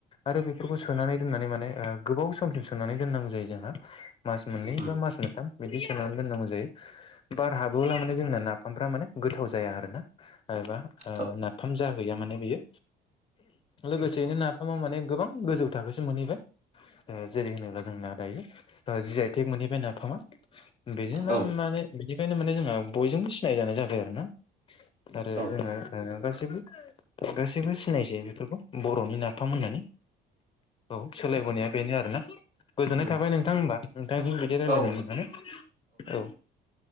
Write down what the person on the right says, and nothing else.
उम
औ
औ
औ
उम
औ